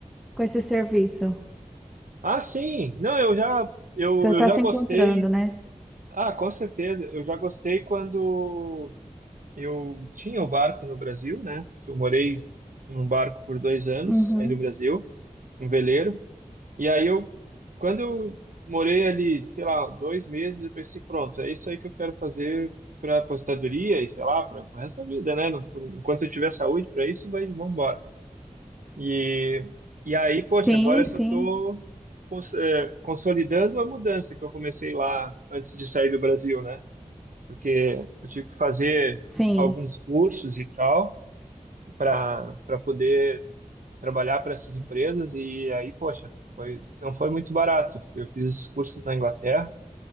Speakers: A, in the centre; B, on the right (about 80°).
A: com esse serviço?
B: Ah, sim. Não, eu já eu,
A: Você está
B: eu já
A: se
B: gostei.
A: encontrando, né?
B: Ah, com certeza. Eu já gostei quando eu tinha o barco no Brasil, né? Que eu morei num barco por dois anos
A: Uhum.
B: aí no Brasil, um veleiro. E aí eu, quando eu morei ali, sei lá, dois meses, eu pensei, pronto, é isso aí que eu quero fazer para aposentadoria e sei lá, para o resto da vida, né? Não- por- enquanto eu tiver saúde para isso, vai, vamos embora. E, e aí, poxa,
A: Sim,
B: agora eu só
A: sim,
B: estou cons eh, consolidando a mudança que eu comecei lá antes de sair do Brasil, né? Porque eu tive que fazer
A: sim.
B: alguns cursos e tal para para poder trabalhar para essas empresas e aí, poxa, foi, não foi muito barato. Eu fiz esses cursos na Inglaterra,